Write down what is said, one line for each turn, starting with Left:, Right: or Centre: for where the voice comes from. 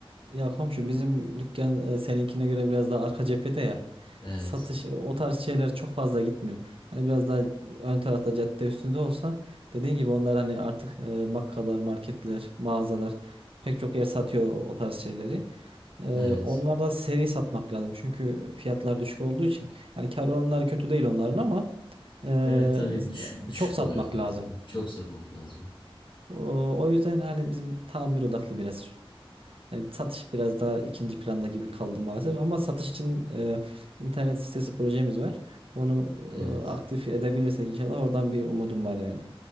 Right: Ya komşu bizim dükkan e, seninkine göre biraz daha arka cephede ya.
Left: Evet.
Right: Satış e, o tarz şeyler çok fazla gitmiyor. Hani biraz daha e, ön tarafta cadde üstünde olsa dediğin gibi onlar hani artık e, bakkallar, marketler, mağazalar pek çok yer satıyor o tarz şeyleri. E,
Left: Evet.
Right: onlar da seri satmak lazım. Çünkü fiyatlar düşük olduğu için hani kar oranları kötü değil onların ama e,
Left: Evet tabii düşük, düşük
Right: çok satmak
Left: oluyor otomatikman.
Right: lazım.
Left: Çok satmak lazım.
Right: O, o yüzden hani bizim tamir odaklı biraz. Yani satış biraz daha ikinci planda gibi kaldı maalesef. Ama satış için e, internet sitesi projemiz var. Onu
Left: Evet.
Right: e, aktif edebilirsek inşallah oradan bir umudum var yani.